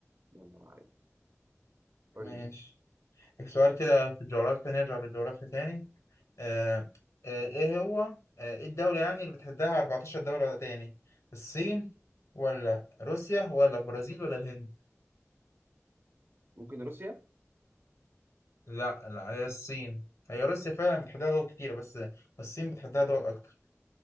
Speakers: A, on the right; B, on the left.
A: يلا عارف
B: ماشي
A: قول لي
B: سؤال كده في الجغرافيا نرجع للجغرافيا تاني آه آه ايه هو آه ايه الدولة يعني اللي بتحدها 14 دولة تاني الصين ولا روسيا ولا البرازيل ولا الهند
A: ممكن روسيا
B: لا لا هي الصين هي روسيا فعلا بتحدها دول كتيرة بس الصين بتحدها دول أكتر